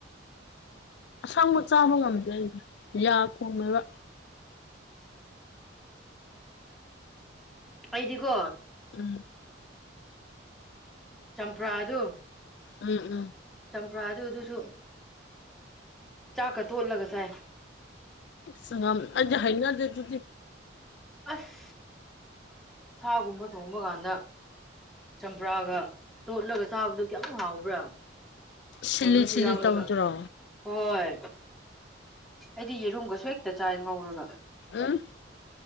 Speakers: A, on the left (about 60°); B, in the centre.
A: ꯑꯁꯥꯡꯕ ꯆꯥꯕ ꯉꯝꯗꯦ ꯑꯩꯗꯤ ꯌꯥ ꯀꯣꯃꯦꯕ
B: ꯑꯩꯗꯤꯀꯣ
A: ꯎꯝ
B: ꯆꯝꯄ꯭ꯔꯥ ꯑꯗꯨ
A: ꯎꯝ ꯎꯝ
B: ꯆꯝꯄ꯭ꯔꯥꯗꯨ ꯑꯗꯨ ꯁꯨ ꯆꯥꯛꯀ ꯊꯣꯠꯂꯒ ꯁꯥꯏ
A: ꯁ ꯑꯖ ꯍꯥꯏꯅꯗꯗꯨꯗꯤ
B: ꯑꯁ ꯁꯥꯒꯨꯝꯕ ꯊꯣꯡꯕ ꯀꯥꯟꯗ ꯆꯝꯄ꯭ꯔꯥꯒ ꯇꯣꯠꯂꯒ ꯆꯥꯕꯗꯨꯣ ꯀꯌꯥꯃꯨꯛ ꯍꯥꯎꯕ꯭ꯔꯥ
A: ꯁꯤꯜꯂꯤ
B: ꯀꯩꯅꯣꯁꯨ
A: ꯁꯤꯜꯂꯤ
B: ꯌꯥꯎꯔꯒ
A: ꯇꯧꯗ꯭ꯔꯣ
B: ꯍꯣꯏ ꯑꯩꯗꯤ ꯌꯦꯔꯨꯝꯒꯁꯨ ꯍꯦꯛꯇ ꯆꯥꯏ ꯉꯧꯔꯒ
A: ꯑꯝ